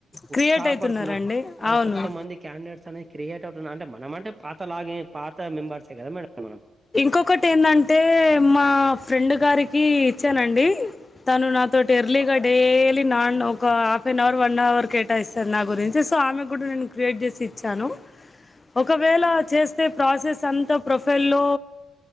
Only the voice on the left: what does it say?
క్రియేట్ అయితున్నారండి
అవును
ఇంకొకటి ఎందంటే మా ఫ్రెండ్ గారికి ఇచ్చానండి తను నాతోటి ఎర్లీగా డైలీ నాన్ ఒక half an hour one hour కేటాయిస్తారు నా గురించి సో ఆమె కూడా నేను క్రియేట్ చేసి ఇచ్చాను ఒకవేళ చేస్తే ప్రాసెస్ అంత ప్రొఫైల్ లో